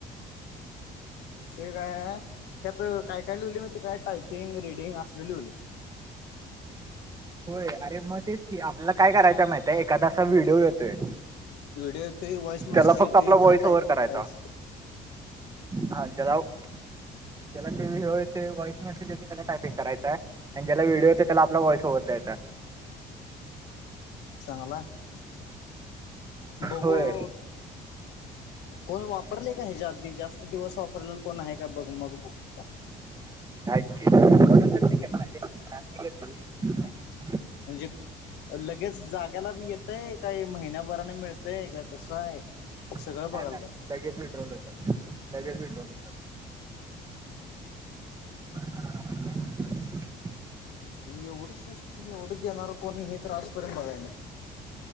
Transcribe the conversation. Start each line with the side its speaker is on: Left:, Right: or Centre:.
Left: विषय काय आहे. आत काय काय लिहिली माहिती काय टायपिंग रीडिंग असले लिवले
Right: होय अरे मग तेच की आपला काय करायच माहित आहे एखादा असा व्हिडिओ येतोय.
Left: व्हिडिओ येतो व्हॉइस मेसेज
Right: त्याला फक्त
Left: येत
Right: आपला व्हॉइस
Left: त्याला टायपिंग
Right: ओव्हर करायचा
Left: करायचं.
Right: हा चलाव चला होय. ते वॉइस मेसेज येतते त्याला टायपिंग करायचां आणि ज्याला व्हिडिओ येत त्याला वॉइस ओवर द्यायचा
Left: चांगलाय बघू
Right: होय
Left: अ कोण वापरले का हच्याे आधी जास्त दिवस वापरल्या कोण आहे का बघ मग बघू
Right: रिकाम
Left: म्हणजे लगेच जागे ्यालाी येतय काही महिन्याभराने मिळतय का कसं आहे. सगळं
Right: नाही
Left: बघायला
Right: नाही लगेज विडोल होेतात लगेज भेट्रन होतात. रिकाम
Left: ऐवढ स्वस्त ऐवढ देणार कोणी मी तर आज पर्यत बघितल नाय